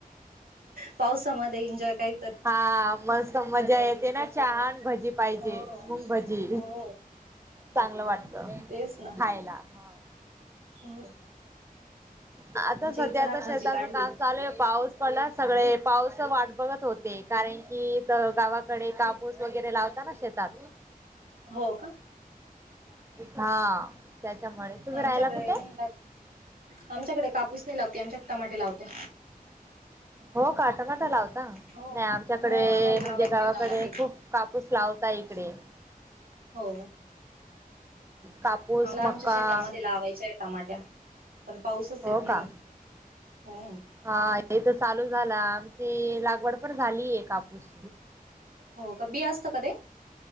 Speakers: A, on the right; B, on the right.
A: पावसामध्ये एन्जॉय काही
B: हा, मस्त मजा येते ना चहा न भजी पाहिजे.
A: हो
B: मुंग भजी,
A: हो
B: चांगलं वाटतं
A: तेच ना
B: खायला, हं.
A: हो.
B: आता
A: आमच्या
B: सध्या
A: इथं रात
B: तर
A: भजी
B: शेताच
A: काढली
B: काम चालू आहे पाऊस पडला सगळे पाऊस वाट बघत होते कारण की गावा कडे काबूस वगैरे लावता ना शेतात.
A: हो का?
B: हा त्याच्यामुळे तुम्ही
A: आमच्याकडे
B: राहायला कुठे?
A: नाही राहत आमच्याकडे कापूस नाही लावते आमच्याक टमाटे लावते.
B: हो का टमाटा लावता नाही
A: हो
B: आमच्याकडे
A: हो आम्हाला
B: म्हणजे
A: लावायचे
B: गावाकडे
A: टमाटे
B: खूप कापूस लाव ता इकडे
A: हो.
B: कापूस,
A: मला
B: मका
A: आमच्या शेतामध्ये लावायचे टमाट्या. पण पाऊसच
B: हो
A: येत नाही
B: का?
A: हा
B: हा हितं चालू झाला आमची लागवड पण झाली हे कापूस
A: हो का बी असत का ते?